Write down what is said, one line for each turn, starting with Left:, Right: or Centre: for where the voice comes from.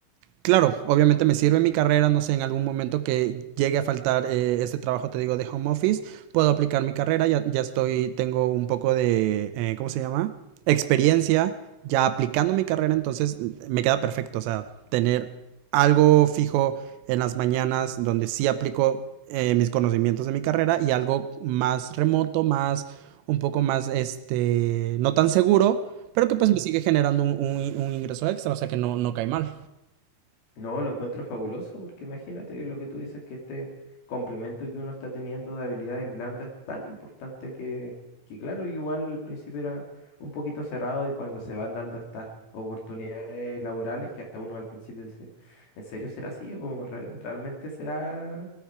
Right: Claro, obviamente me sirve mi carrera, no sé, en algún momento que llegue a faltar eh, este trabajo, te digo, de home office, puedo aplicar mi carrera, ya, ya estoy, tengo un poco de, eh, ¿cómo se llama? Experiencia, ya aplicando mi carrera, entonces me queda perfecto, o sea, tener algo fijo en las mañanas donde sí aplico eh, mis conocimientos de mi carrera y algo más remoto, más, un poco más, este, no tan seguro, pero que pues me sigue generando un, un- un ingreso extra, o sea que no, no cae mal.
Left: No, lo encuentro fabuloso porque imagínate lo que tú dices, que este complemento que uno está teniendo de habilidades blandas es tan importante que, que claro, igual al principio era un poquito cerrado y cuando se van dando estas oportunidades laborales que hasta uno al principio dice, ¿en serio será así? ¿O como re- realmente será,